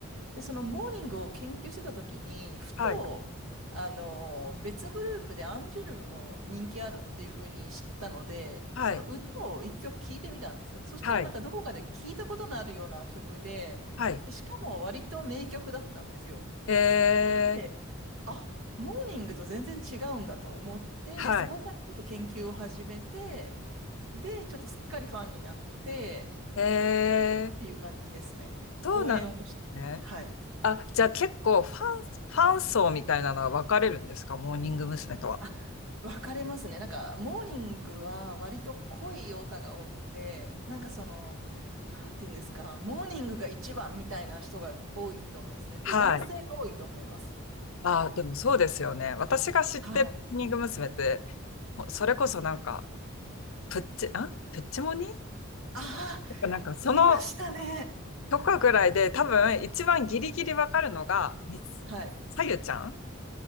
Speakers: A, on the right (about 75°); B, on the left (about 70°).
A: で、そのモーニングを研究してた時に、ふと、
B: はい、
A: あの、別グループでアンジュルムも人気あるっていうふうに知ったので、
B: はい、
A: その歌を一曲聴いてみたんですよ。そしたらなんかどこかで聞いたことのあるような曲で、
B: はい、はい。
A: で、しかも割と名曲だったんですよ。
B: え
A: で、
B: ー、
A: あ、モーニングと全然違うんだと思って、
B: はい。
A: で、そこからちょっと研究を始めて、で、ちょっとすっかりファンになって、
B: え
A: っていう感じですね。
B: ー、どうなんですね。
A: 応援をしてる。はい。
B: あ、じゃあ結構ファン、ファン層みたいなのは分かれるんですかモーニング娘。とは。
A: あ、分かれますね。なんか、モーニングは割と濃いオタが多くて、なんかその、なんて言うんですか、モーニングが一番みたいな人が多いと思うんですね。で、
B: はい。
A: 男性が多いと思います。
B: あ、でもそうですよね。私が知ってるモーニング娘。
A: はい。
B: って、ほそれこそなんか、プッチ、あプッチモニ
A: ああ、
B: なんかその
A: 出ましたね。
B: とかぐらいで多分一番ギリギリわかるのが、みつさゆちゃん
A: はい。